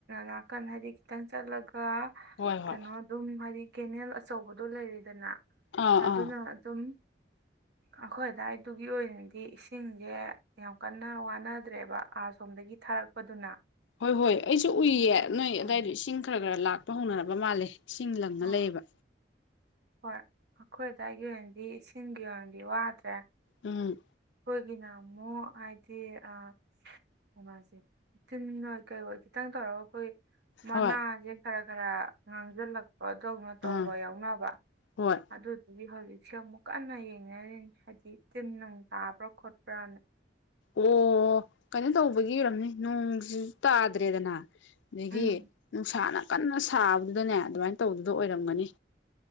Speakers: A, on the right; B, on the left.
A: ꯅꯥꯀꯟ ꯍꯥꯏꯗꯤ ꯈꯤꯇꯪ ꯆꯠꯂꯒ
B: ꯍꯣꯏ ꯍꯣꯏ
A: ꯀꯩꯅꯣ ꯑꯗꯨꯝ ꯍꯥꯏꯗꯤ ꯀꯦꯅꯦꯜ ꯑꯆꯧꯕꯗꯣ ꯂꯩꯔꯦꯗꯅ
B: ꯑꯥ
A: ꯑꯗꯨꯅ
B: ꯑꯥ
A: ꯑꯗꯨꯝ ꯑꯩꯈꯣꯏ ꯑꯗꯨꯗꯥꯋꯥꯏꯗꯨꯒꯤ ꯑꯣꯏꯅꯗꯤ ꯏꯁꯤꯡꯖꯦ ꯌꯥꯝ ꯀꯟꯅ ꯋꯥꯅꯗ꯭ꯔꯦꯕ ꯑꯥ ꯁꯣꯝꯗꯒꯤ ꯊꯥꯔꯛꯄꯗꯨꯅ
B: ꯍꯣꯏ ꯍꯣꯏ ꯑꯩꯁꯨ
A: ꯑꯗꯨꯅ
B: ꯎꯏꯌꯦ ꯅꯣꯏ
A: ꯑꯃꯨꯛ
B: ꯑꯗꯥꯏꯗꯣ ꯏꯁꯤꯡ ꯈꯔ ꯈꯔ ꯂꯥꯛꯄ ꯍꯧꯅꯔꯕ ꯃꯥꯜꯂꯦ ꯏꯁꯤꯡ ꯂꯪꯉ
A: ꯑꯥ
B: ꯂꯩꯌꯦꯕ
A: ꯍꯣꯏ ꯑꯩꯈꯣꯏ ꯑꯗ꯭ꯋꯥꯏꯒꯤ ꯑꯣꯏꯅꯗꯤ ꯏꯁꯤꯡꯒꯤ ꯑꯣꯏꯅꯗꯤ ꯋꯥꯗ꯭ꯔꯦ
B: ꯎꯝ
A: ꯑꯩꯈꯣꯏꯒꯤꯅ ꯑꯃꯨꯛ ꯍꯥꯏꯗꯤ ꯑꯥ ꯃꯉꯁꯦ ꯇꯤꯟꯅ ꯀꯩꯑꯣꯏ ꯈꯤꯇꯪ ꯇꯧꯔꯒ ꯑꯩꯈꯣꯏ ꯃꯅꯥꯖꯦ
B: ꯍꯣꯏ
A: ꯈꯔ ꯈꯔ ꯉꯥꯡꯖꯜꯂꯛꯄ ꯑꯇꯧꯕꯅ ꯇꯧꯕ
B: ꯑꯥ
A: ꯌꯥꯎꯅꯕ
B: ꯍꯣꯏ
A: ꯑꯗꯨ ꯑꯗꯨꯗꯒꯤ ꯍꯧꯖꯤꯛꯁꯦ ꯑꯃꯨꯛ ꯀꯟꯅ ꯌꯦꯡꯅꯔꯤꯅꯤ ꯍꯥꯏꯗꯤ ꯇꯤꯟ ꯅꯨꯡ ꯇꯥꯕ꯭ꯔꯥ ꯈꯣꯠꯄ꯭ꯔꯥꯅ
B: ꯑꯣ ꯀꯩꯅꯣ ꯇꯧꯕꯒꯤ ꯑꯣꯏꯔꯝꯅꯤ ꯅꯣꯡꯖꯤꯖꯨ ꯇꯥꯗ꯭ꯔꯦꯗꯅ ꯑꯗꯒꯤ
A: ꯎꯝ
B: ꯅꯨꯡꯁꯥꯅ ꯀꯟꯅ ꯁꯥꯕꯗꯨꯗꯅꯦ ꯑꯗꯨꯃꯥꯏꯅ ꯇꯧꯕꯗꯨ ꯑꯣꯏꯔꯝꯒꯅꯤ